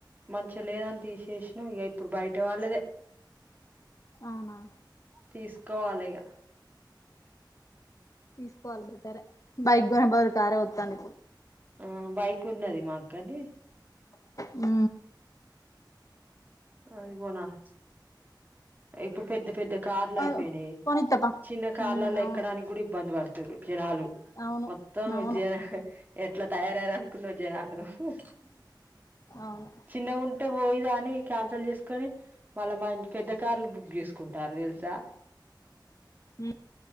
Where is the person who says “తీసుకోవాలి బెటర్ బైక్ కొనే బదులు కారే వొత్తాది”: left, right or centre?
Left